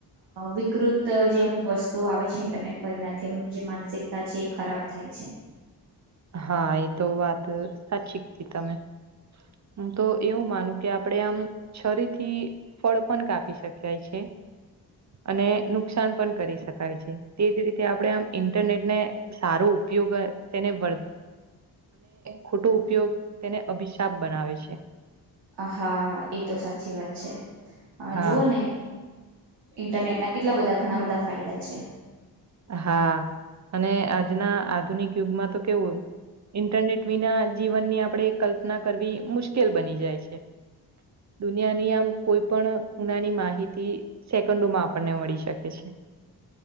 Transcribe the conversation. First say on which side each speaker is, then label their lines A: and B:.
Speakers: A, on the right; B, on the right.
A: વિકૃત જે અમુક વસ્તુ આવે છે ઇન્ટરનેટ પર એ નથી એમનું જે માનસિકતા છે એ ખરાબ થાય છે.
B: હા એતો વાત સાચી હતી તમે. હું તો એવું માનું કે આપણેે આમ છરીથી ફળ પણ કાપી શકાય છે. અને નુકસાન પણ કરી શકાય છે તેજ રીતે આપણે આમ ઇન્ટરનેટ ને સારો ઉપયોગ તેને વ ખોટો ઉપયોગ તેને અભિશાપ બનાવે છે.
A: હા એ તો સાચી વાત છે
B: હા
A: જોઓ ને ઇન્ટરનેટના કેટલા બધા ઘણા બધા ફાયદા છે.
B: હા અને આજના આધુનિક યુગમાં તો કેવું ઇન્ટરનેટ વિના જીવનની આપણે કલ્પના કરવી મુશ્કેલ બની જાય છે. દુનિયાની આમ કોઈ પણ ખૂણાની માહિતી સેકન્ડોમાં આપણને મળી શકે છે.